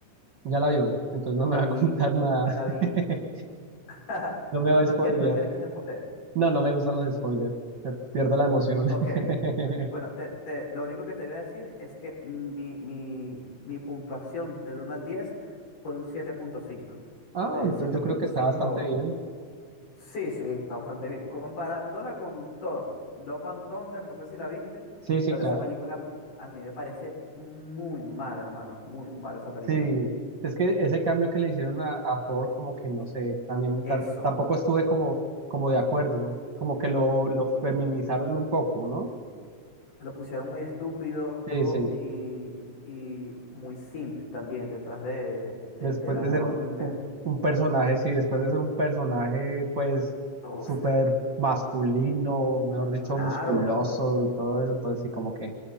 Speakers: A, on the right; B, on the left.
A: Ya la vio, entonces no
B: la
A: me va
B: vi,
A: a contar nada.
B: la vi.
A: <laughs>
B: <laughs>
A: No me
B: No,
A: va
B: no
A: a spoilear.
B: quieres, no quieres que te spoile.
A: No, no me gustan los spoilers. Me pierdo la emoción.
B: Ok,
A: <laughs>
B: ok. Bueno, te- te- lo único que te voy a decir es que mi, mi- mi puntuación del uno al 10 fue un 7.5.
A: Ah,
B: eh,
A: entonces
B: siete
A: yo
B: punto
A: creo que
B: cinco
A: está bastante
B: a 8.
A: bien.
B: Sí, sí, está bastante bien. Comparándola con Thor, Love and Thunder, no sé si la viste,
A: Sí, sí,
B: pero
A: claro.
B: esa película m- a mí me parece muy mala, hermano. Muy mala esa película.
A: Sí. Es que ese cambio que le hicieron a, a Thor, como que no sé, también
B: Eso.
A: tam- tampoco estuve como, como de acuerdo. Como que lo,
B: mm,
A: lo feminizaron un poco, ¿no?
B: Lo pusieron muy estúpido
A: Sí, sí.
B: y, y muy simp también detrás de, de, de,
A: después
B: de la
A: de
B: Thor
A: ser un,
B: mujer.
A: un- un personaje, sí, después de ser un personaje, pues,
B: Uf,
A: súper masculino, mejor dicho,
B: Claro,
A: musculoso y todo eso, entonces sí, como que